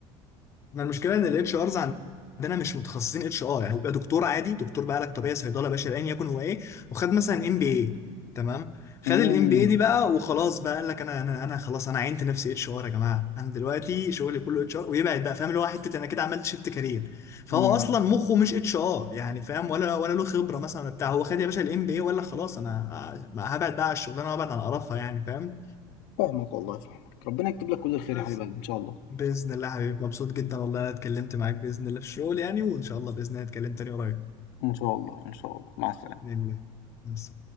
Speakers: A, on the left; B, on the left.
A: احنا المشكله ان الاتش ارز عندنا مش متخصصين اتش ار يعني هو بيبقى دكتور عادي دكتور بقى علاج طبيعي صيدله باشا ايا يكن هو ايه وخد مثلا ام بي اي تمام خد
B: امم
A: الام بي اي دي بقى وخلاص بقى قال لك انا انا انا خلاص انا عينت نفسي اتش ار يا جماعه انا دلوقتي شغلي كله اتش ار ويبعد بقى فاهم اللي هو حته انا كده عملت شيفت كارير فهو
B: امم
A: اصلا مخه مش اتش ار يعني فاهم ولا ولا له خبره مثلا ولا بتاع هو خد يا باشا الام بي اي ولا خلاص انا هبعد بقى على الشغلانه وابعد عن قرفها يعني فاهم
B: فاهمك والله فاهمك ربنا يكتب لك كل الخير
A: بس
B: يا حبيب قلبي ان شاء الله
A: باذن الله حبيبي مبسوط جدا والله انا اتكلمت معاك باذن الله في الشغل يعني وان شاء الله باذن الله اتكلم تاني قريب
B: ان شاء الله ان شاء الله مع السلامه
A: باذن الله بس